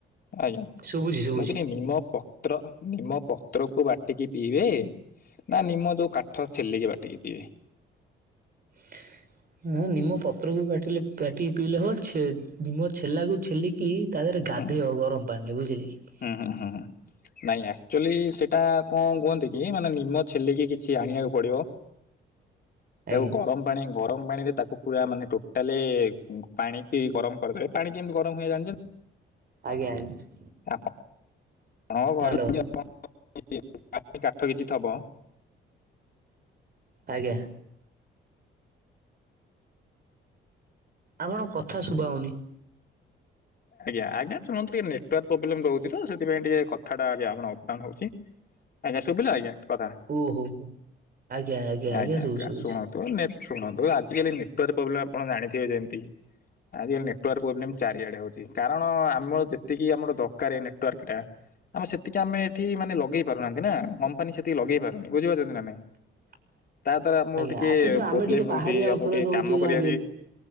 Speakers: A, on the left; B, on the right.
A: ଆଜ୍ଞା
B: ଶୁଭୁଛି ଶୁଭୁଛି
A: ମୁଁ କହିଲି ନିମ୍ମ ପତ୍ର ନିମ୍ମ ପତ୍ରକୁୁ ବାଟିକି ପିଇବେ ପ ନା ନିମ୍ମ ଯୋଉ କାଠ ଛେଲିକି ବାଟିକି ପିଇବେ।
B: <unintelligible> ହଁ ନିମ୍ମ ପତ୍ରକୁ ବାଟିଲେ ବାଟିକି ପିଇଲେ ହବ ଛେ ନିମ୍ମ ଛେଲାକୁ ଛେଲିକି ତା ଦେହରେ ଗାଧେଇବେ
A: ହୁଁ
B: ଆ ଗରମ ପାଣିରେ ବୁଝିଲେ କି
A: ହୁଁ ହୁଁ ହୁଁ ହୁଁ ନାଇଁ ଅକ୍ଚୁଲି ସେଇଟା କଣ କୁହନ୍ତି କି ନିମ ଛେଲିକି କିଛି ଆଣିବାକୁ ପଡ଼ିବ।
B: ଆଜ୍ଞା
A: ତାକୁ ଗରମ ପାଣି ଗରମ ପାଣିରେ ତାକୁ ପୁରା ମାନେ ଟୋଟାଲେ ପାଣିକି ଗରମ କରିଦେବେ ପାଣି କେମିତି ଗରମ ହୁଏ ଜାଣିଛନ୍ତି।
B: ଆଜ୍ଞା ଆଜ୍ଞା।
A: ଆପଣ ଆପଣଙ୍କ ଘରେ
B: ହ୍ୟାଲୋ
A: ଯଦି ଆପଣ <unintelligible> କାଠ କିଛି ଥବ
B: ଆଜ୍ଞା। ଆପଣଙ୍କ କଥା ଶୁଭାହୋଉନି।
A: ଆଜ୍ଞା ଆଜ୍ଞା। ଶୁଣନ୍ତୁ ଟିକେ ନେଟୱର୍କ ପ୍ରୋବଲେମ୍ ରହୁଛି ତ ସେଥିପାଇଁ ଟିକେ କଥାଟା ଆଜ୍ଞା ଅବଡାଉନ୍ ହୋଉଛି। ଆଜ୍ଞା ଶୁଭିଲା ଆଜ୍ଞା କଥା।
B: ଓହୋ ଆଜ୍ଞା
A: ଆଜ୍ଞା
B: ଶୁଭୁଛି
A: ଆଜ୍ଞା
B: ଶୁଭୁଛି
A: ଶୁଣନ୍ତୁ ନେଟ ଶୁଣନ୍ତୁ ଆଜିକାଲି ନେଟୱର୍କ ପ୍ରୋବ୍ଲେମ ଆପଣ ଜାଣିଥିବେ ଯେମିତି। ଆଜିକାଲି ନେଟୱର୍କ ପ୍ରୋବ୍ଲେମ ଚାରିଆଡେ ହୋଉଛି। ଚି କାରଣ ଆମର ଯେତିକି ଆମର ଦରକାର ନେଟୱାର୍କ ଟା। ଆମେ ସେତିକି ଆମେ ଏଠି ମାନେ ଲଗେଇ ପାରୁନାହାନ୍ତି ନା କମ୍ପାନୀ ସେତିକି ଲଗେଇ ପାରୁନି ବୁଝି ପାରୁଛନ୍ତି ନା ନାଇଁ।
B: <inaudible>
A: ତା ଦ୍ଵାରା ଆମର
B: ଆଜ୍ଞା
A: ଟିକେ
B: ଆ କିନ୍ତୁ ଆମେ
A: ପ୍ରୋବ୍ଲେମ
B: ଟିକେ
A: ହୋଉଚି।
B: ପାହାଡିଆ ଅଞ୍ଚଳରେ
A: ଆମକୁ ଟିକେ
B: ରହୁଛେ
A: କାମ
B: ଯାହା
A: କରିବାରେ ବି